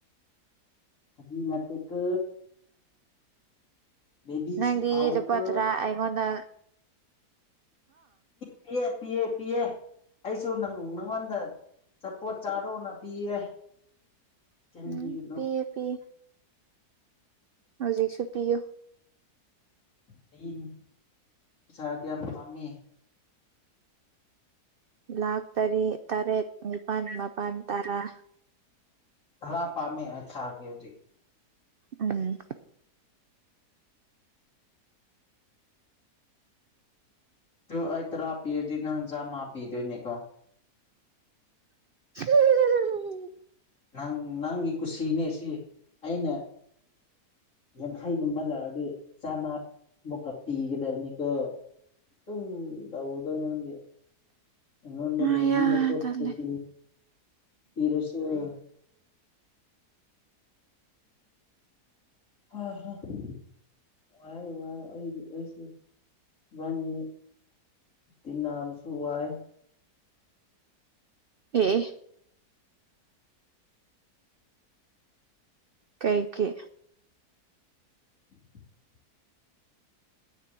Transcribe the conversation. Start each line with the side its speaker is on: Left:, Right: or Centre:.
Left: ꯐꯥꯒꯤ ꯅꯠꯇꯦꯀꯣ ꯕꯦꯕꯤꯁꯨ
Right: ꯅꯪꯗꯤ
Left: ꯀꯥꯎꯋꯤꯀꯣ
Right: ꯂꯨꯄꯥ ꯇ꯭ꯔꯥ ꯑꯩꯉꯣꯟꯗꯥ
Left: ꯄꯤꯌꯦ ꯄꯤꯌꯦ ꯄꯤꯌꯦ ꯑꯩꯁꯨ ꯅꯪ ꯅꯉꯣꯟꯗ ꯆꯄꯣꯠ ꯆꯥꯔꯣꯅ ꯄꯤꯌꯦ ꯆꯤꯟ
Right: ꯎꯝ
Left: ꯊꯤꯒꯅꯨ
Right: ꯄꯤꯌꯦ
Left: <unintelligible>
Right: ꯄꯤꯌꯦ ꯍꯧꯖꯤꯛꯁꯨ ꯄꯤꯌꯨ
Left: ꯄꯤꯟ ꯄꯩꯁꯥ ꯀꯌꯥꯝ ꯄꯥꯝꯃꯤ
Right: ꯂꯥꯥꯛ ꯇꯔꯦꯠ ꯇꯔꯦꯠ ꯅꯤꯄꯥꯜ ꯃꯥꯄꯟ ꯇꯔꯥ
Left: ꯇꯔꯥ ꯄꯥꯝꯃꯦ ꯑꯩ ꯊꯥꯔꯛꯀꯦ ꯍꯨꯖꯤꯛ
Right: ꯎꯝ
Left: ꯇꯨ ꯑꯩ ꯇꯔꯥ ꯄꯤꯔꯗꯤ ꯅꯪ ꯆꯥꯝꯃ ꯄꯤꯗꯣꯏꯅꯦꯀꯣ
Right: <unintelligible>
Left: ꯅꯪ ꯅꯪꯒꯤ ꯀꯨꯁꯤꯅꯦ ꯁꯤ ꯑꯩꯅ ꯌꯥꯡꯈꯩꯒꯨꯝꯕ ꯂꯧꯔꯥꯗꯤ ꯆꯥꯝꯃ ꯃꯨꯛꯀ ꯄꯤꯒꯗꯕꯅꯤꯀꯣ ꯑꯗꯨꯝ ꯇꯧꯕꯗꯣ ꯅꯪꯗꯤ ꯑꯩꯉꯣꯟꯗꯗꯤ
Right: ꯑꯌꯥ
Left: ꯃꯤ ꯑꯇꯣꯞꯄ
Right: ꯇꯜꯂꯦ
Left: ꯄꯤ ꯄꯤꯔꯁꯨ ꯌꯥꯕ ꯍꯍꯥ ꯍꯍꯥ ꯋꯥꯏ ꯋꯥꯏ ꯑꯩꯗꯤ ꯑꯩꯁꯦ ꯏꯕꯅꯤ ꯇꯤꯟꯅꯕꯁꯨ ꯋꯥꯏ
Right: ꯑꯦ ꯑꯦ ꯀꯩ ꯀꯤ
Left: <inaudible>